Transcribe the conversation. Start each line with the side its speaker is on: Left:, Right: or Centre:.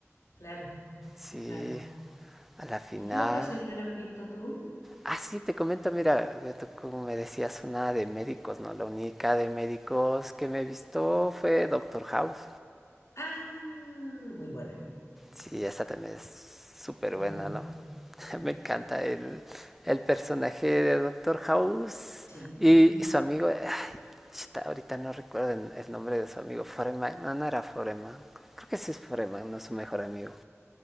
Left: claro,
Centre: Sí,
Left: claro.
Centre: a la final.
Left: ¿Y qué otra serie la has visto tú?
Centre: Ah, sí, te comento, mira, tú como me decías, una de médicos, ¿no? La única de médicos que me he visto fue Doctor House.
Left: Ah, muy buena,
Centre: Sí, esta también es súper
Left: muy
Centre: buena,
Left: buena.
Centre: ¿no? <laughs> Me encanta el, el personaje de Doctor House
Left: Sí,
Centre: y, y su amigo. ay, chuta, ahorita no recuerdo el, el nombre de su amigo. Foreman, no, no era Foreman. Creo que sí es Foreman, no su mejor amigo.